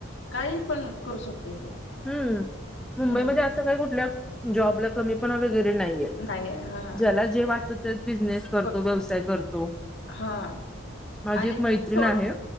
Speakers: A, on the left (about 65°); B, in the centre.
A: काही पण करू शकतो तो.
B: हम्म
A: हं.
B: मुंबईमध्ये असं काय कुठलं जॉबला कमी पणा वगैरे नाही. य
A: नाही हां.
B: ज्याला जे वाटतं ते बिझनेस. करतो
A: करू
B: व्यवसाय करतो
A: हां
B: माझी
A: आणि
B: एक मैत्रिण
A: थोडं
B: आहे.